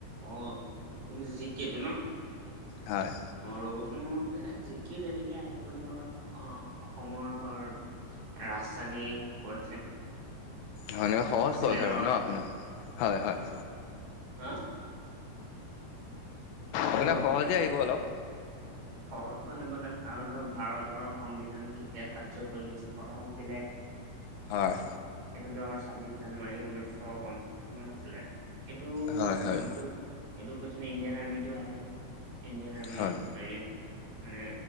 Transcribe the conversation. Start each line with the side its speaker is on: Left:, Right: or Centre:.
Right: অ', জিকেটো ন?
Left: হয়
Right: অ', ৰ'বচোন মোৰ যে, এ যিকে যেনেকে আহিব ধৰ অ'-অসমৰ ধৰ ৰাজধানী ক'ত আছে?
Left: হয় এনেকে সহজ
Right: আছিলে
Left: সৰজ
Right: ধৰ
Left: আৰু ন আপোনাৰ? হয়-হয়।
Right: হা? হেল্ল'।
Left: আপোনাক সহজে আহিব অলপ।
Right: সহজো আহিব তাত আৰু ধৰ ভাৰতৰ সংবিধান কেতিয়া কাৰ্যকৰী কৰা হৈছিলে?
Left: হয়,
Right: এইটো ধৰ ছাব্বিশ জানুৱাৰী ঊনৈশশ পঞ্চাশ চনত আছিলে এইটো
Left: হয় হয়
Right: এইটো, এই টো কোৱেছন ইণ্ডিয়ান আৰ্মিতটো আহে, ইণ্ডিয়ান আৰ্মিৰ
Left: হয়
Right: হেৰি- মানে